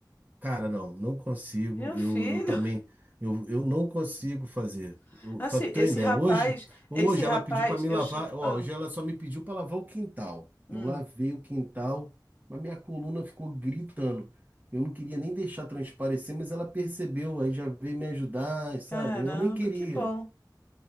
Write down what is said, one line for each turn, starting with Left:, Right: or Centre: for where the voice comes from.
Right: Cara, não, não consigo.
Left: Meu
Right: Eu,
Left: filho.
Right: eu também, eu, eu não consigo fazer.
Left: <laughs> Assim,
Right: para Pra ter
Left: esse
Right: uma ideia,
Left: rapaz,
Right: hoje, hoje
Left: esse rapaz,
Right: ela pediu para me
Left: eu.
Right: lavar.
Left: cha-
Right: Ó,
Left: Ah,
Right: hoje ela só me pediu para lavar o quintal.
Left: hum.
Right: Eu lavei o quintal, mas minha coluna ficou gritando. Eu não queria nem deixar transparecer, mas ela percebeu, aí já veio me ajudar, sabe?
Left: Caramba,
Right: Eu nem queria.
Left: que bom.